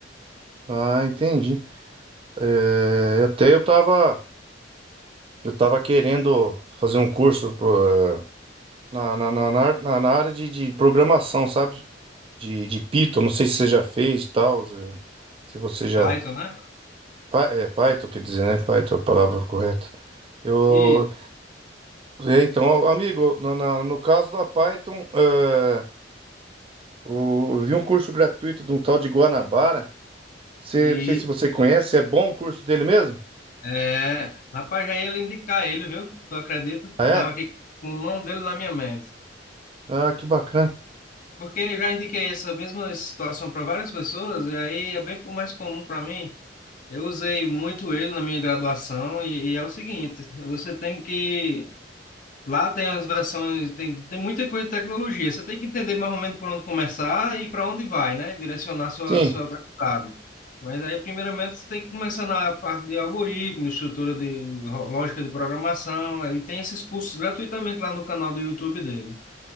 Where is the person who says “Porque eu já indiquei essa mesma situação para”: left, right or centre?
Left